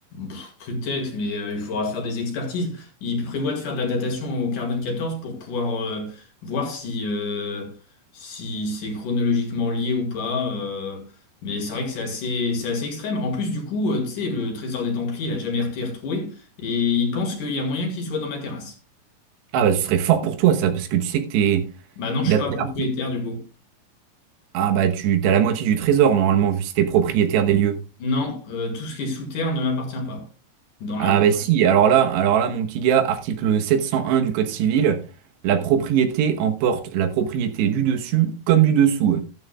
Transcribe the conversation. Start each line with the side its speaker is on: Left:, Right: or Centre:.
Left: Pff, Peut-être, mais euh, il faudra faire des expertises. Il prévoit de faire de la datation au carbone 14 pour pouvoir euh, voir si, euh, si c'est chronologiquement lié ou pas. euh, mais c'est vrai que c'est assez, c'est assez extrême. En plus, du coup, euh, tu sais, le trésor des Templiers, il a jamais été retrouvé et il pense qu'il y a moyen qu'il soit dans ma terrasse.
Right: Ah bah ce serait fort pour toi ça, parce que tu sais que t'es
Left: Bah non, je
Right: d'après
Left: suis pas propriétaire
Right: l'article.
Left: du coup.
Right: Ah bah tu t'as la moitié du trésor normalement, vu si t'es propriétaire des lieux.
Left: Non, euh, tout ce qui est sous terre ne m'appartient pas dans
Right: Ah
Left: la loi.
Right: bah si, alors là, alors là, mon petit gars, article 701 du Code civil, la propriété emporte la propriété du dessus comme du dessous.